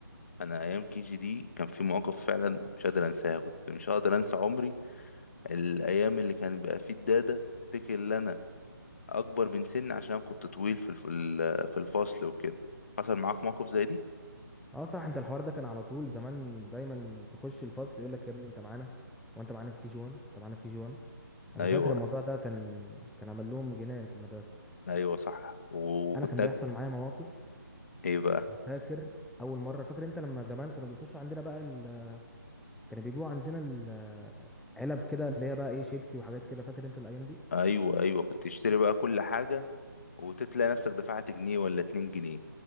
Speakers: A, on the left (about 40°); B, in the centre.
A: انا ايام كيجي دي كان في مواقف فعلا مش قادر انساها كنت مش هقدر انسى عمري الايام اللي كان بقى فيه الداده افتكر ان انا اكبر من سني عشان كنت طويل في الف- ال- في الفصل وكده حصل معاك موقف زي دي
B: اه صح انت الحوار ده كان على طول زمان دايما تخش الفصل يقول لك يا ابني انت معانا وانت معانا في كيجي 1 انت معانا في كيجي 1 انا
A: ايوه
B: فاكر الموضوع ده كان كان عامل لهم جنان في المدرسه
A: ايوه صح وكنت
B: انا كان بيحصل
A: أج-
B: معايا مواقف
A: ايه بقى
B: فاكر اول مره فاكر انت لما زمان كانوا بيخشوا عندنا بقى ال... كانوا بيجيبوا عندنا ال... علب كده اللي هي بقى ايه شيبسي وحاجات كده فاكر انت الايام دي
A: ايوه ايوه كنت تشتري بقى كل حاجه وتتلاقي نفسك دفعت جنيه ولا اتنين جنيه